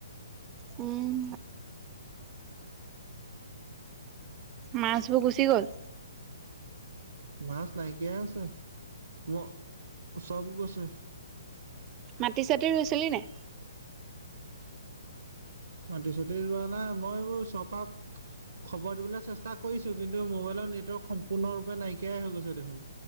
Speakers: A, on the right; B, on the right.
A: উম। মাছবোৰ গুচি গ'ল?
B: মাছ নাইকিয়া হৈছে, ম সব গৈছে।
A: মাটি চাটি ৰুইছিলি নাই?
B: মাটি চটি ৰোৱা নাই, মই এইবোৰ চকাক খবৰ দিবলে চেষ্টা কৰিছো, কিন্তু মোবাইলৰ নেটৱৰ্ক সম্পূৰ্ণৰূপে নাইকিয়াই হৈ গৈছে দেখোন।